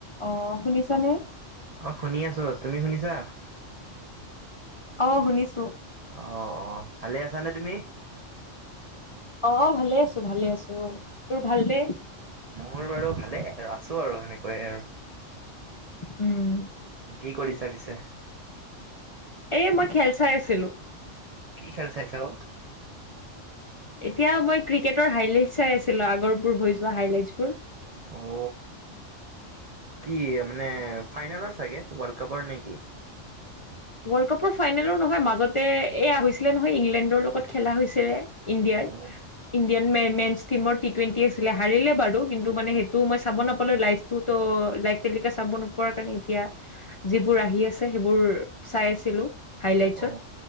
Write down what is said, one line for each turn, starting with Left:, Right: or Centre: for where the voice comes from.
Left: অ শুনিছা নে
Right: অ শুনি আছো তুমি শুনিছা
Left: অ শুনিছো
Right: অ অ ভালে আছানে তুমি
Left: অ ভালে আছো ভালে আছো তোৰ ভাল নে
Right: মোৰ বাৰু ভালেই আৰু আছো আৰু সেনেকৈয়ে আৰু
Left: উম'
Right: কি কৰিছা পিছে
Left: এ মই খেল চাই আছিলোঁ।
Right: কি খেল চাইছা অ?
Left: এতিয়া মই ক্ৰিকেটৰ হাইলাইট চাই আছিলোঁ আগৰবোৰ হৈ যোৱা হাইলাইটচ বোৰ।
Right: অ কি মানে ফাইনেলৰ চাগে ৱৰ্ল্ড কাপৰ নেকি
Left: ৱৰ্ল্ড কাপৰ ফাইনেলো নহয়, মাজতে এয়া হৈছিলে নহয় ইংলেণ্ডৰ লগত খেলা হৈছে যে ইণ্ডিয়াৰ
Right: অ
Left: ইণ্ডিয়ান মে মেছ টীম ৰ টি টুৱেন্টি আছিলে সৰিলে বাৰু কিন্তু মানে সেইটো মই চাব নাপালোঁ লাইভ টোত লাইভ তেলিকা চাব নোপোৱাৰ কাৰণে এতিয়া যিবোৰ আহি আছে সেইবোৰ চাই আছিলোঁ। হাইলাইটছত
Right: অ